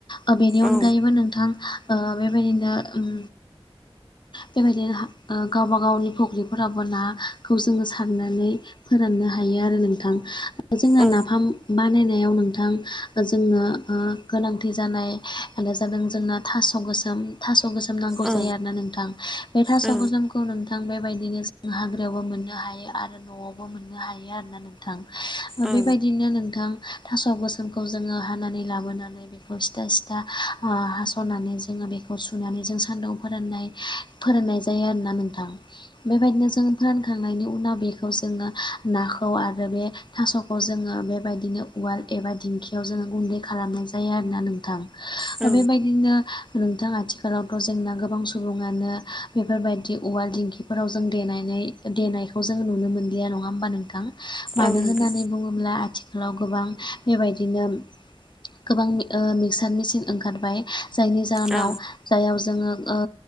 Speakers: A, on the left; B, in the centre.
A: ओ बेनि
B: औ
A: अनगायैबो नोंथां ओ बेबायदिनो उम बेबायदिनो ओ गावबा गावनि फख्रिफोरावो नाखौ जोङो साननानै फोराननो हायो आरो नोंथां जोंना
B: औ
A: नाफाम बानायनायाव नोंथां जोंनो ओ गोनांथि जानायानो जादों जोंना ' थास गोस' थास गोसोम नांगौ
B: औ
A: जायो आरोना नोंथां बे थास'
B: औ
A: गोसोमखौ खौ नोंथां बेबायदिनो जों हाग्रायावबो मोननो हायो आरो न'आवबो मोननो हायो आरो ना नोंथां
B: औ
A: बेबायदिनो नोंथां थास' गोसोमखौ जोङो हानानै लाबोनानै बेखौ सिथा सिथा ओ हास'नानै जोङो बेखौ सुनानै जों सान्दुं फोराननाय फोरानाय जायो आरोना नोंथां बेबायदिनो जों फोरानखांनायनि उनाव बेखौ जोङो नाखौ आरो बे थास'खौ जोङो बेबायदिनो उवाल एबा दिंखियाव जोङो गुन्दै खालामनाय जायो आरोना नोंथां ओ
B: औ
A: बेबायदिनो नोंथां आथिखालावथ' जोंना गोबां सुबुं सुबुङानो बेफोरबायदि औवाल दिंखिफोराव जों देनानै देनाय खौ जों नुनो मोनलिया नङा होमबा नोंथां मानो
B: औ नंगौ
A: होन्नानै बुङोब्ला आथि खालाव गोबां बेबायदिनो गोबां ओ मिक्सार मेचिन ओंखारबाय जायनि जाहोनाव
B: औ
A: जाययाव जोङो ओ